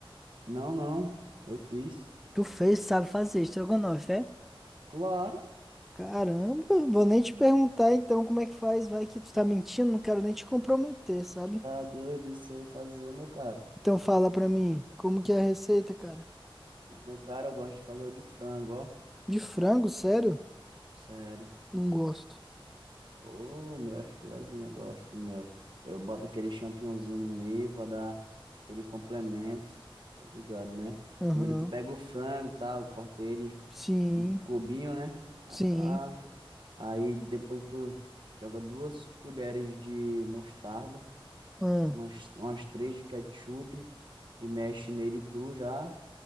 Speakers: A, on the right; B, in the centre.
A: Não, não, eu fiz.
B: Tu fez, sabe fazer estrogonofe, é?
A: Claro,
B: Caramba, vou nem te perguntar então como é que faz, vai que tu tá mentindo, não quero nem te comprometer, sabe?
A: tá doido, eu sei fazer, meu cara.
B: Então fala pra mim, como que é a receita, cara?
A: Meu cara, eu gosto de fazer o de frango, ó.
B: De frango, sério?
A: Sério.
B: Não gosto.
A: Pô, meu é filezinho, eu gosto, meu. Eu boto aquele champignonzinho no meio pra dar aquele complemento, tá ligado, né?
B: Aham.
A: Primeiro tu pega o frango e tal, corta ele
B: Sim,
A: cubinho, né? Papá.
B: sim.
A: Aí depois tu joga duas colheres de mostarda,
B: Ahn.
A: umas, umas três de ketchup e mexe nele cru já.